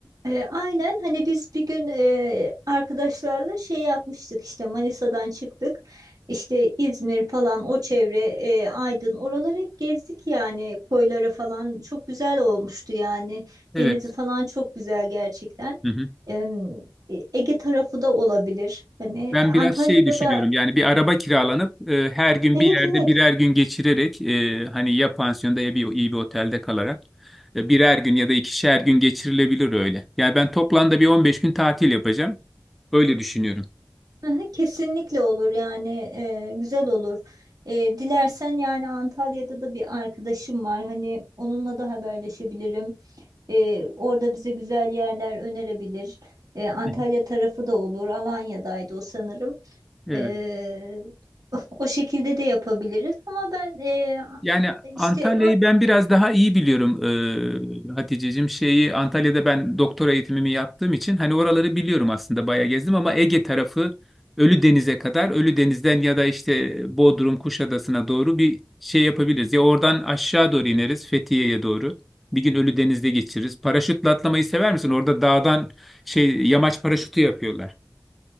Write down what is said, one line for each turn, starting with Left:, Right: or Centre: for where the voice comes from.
Right: E, aynen hani biz bir gün e, arkadaşlarla şey yapmıştık işte Manisa'dan çıktık işte İzmir falan o çevre e, Aydın oraları hep gezdik yani koylara falan çok güzel olmuştu yani
Centre: Evet.
Right: denizi falan çok güzel gerçekten
Centre: Hı hı.
Right: Em, E, Ege tarafı da olabilir hani
Centre: Ben biraz
Right: Antalya'da
Centre: şey düşünüyorum
Right: da
Centre: yani bir araba kiralanıp e, her gün
Right: evet
Centre: bir yerde
Right: evet
Centre: birer gün geçirerek e, hani ya pansiyonda ya bir iyi bir otelde kalarak e, birer gün ya da ikişer gün geçirilebilir öyle. Yani ben toplamda bir 15 gün tatil yapacağım. Öyle düşünüyorum.
Right: Aha, Kesinlikle olur yani e, güzel olur. E, dilersen yani Antalya'da da bir arkadaşım var. Hani onunla da haberleşebilirim. E, orada bize güzel yerler önerebilir. E, Antalya
Centre: Hı hı.
Right: tarafı da olur. Alanya'daydı o sanırım.
Centre: Evet.
Right: E, o şekilde de yapabiliriz. Ama ben e,
Centre: Yani
Right: işte
Centre: Antalya'yı ben biraz daha iyi biliyorum e, Haticeciğim. Şeyi Antalya'da ben doktora eğitimimi yaptığım için hani oraları biliyorum aslında bayağı gezdim ama Ege tarafı Ölüdeniz'e kadar Ölüdeniz'den ya da işte Bodrum Kuşadası'na doğru bir şey yapabiliriz. Ya oradan aşağı doğru ineriz Fethiye'ye doğru. Bir gün Ölüdeniz'de geçiririz. Paraşütle atlamayı sever misin? Orada dağdan şey yamaç paraşütü yapıyorlar.